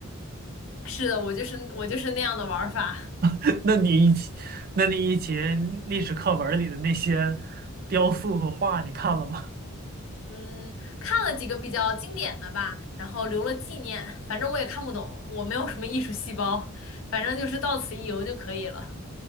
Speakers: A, on the left; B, on the right.
A: <laughs> 是的，我就是我就是那样的玩儿法。
B: <laughs> 那你以前，那你以前历史课文里的那些雕塑和画，你看了吗？
A: 嗯，看了几个比较经典的吧，然后留了纪念。反正我也看不懂，我没有什么艺术细胞，反正就是到此一游就可以了。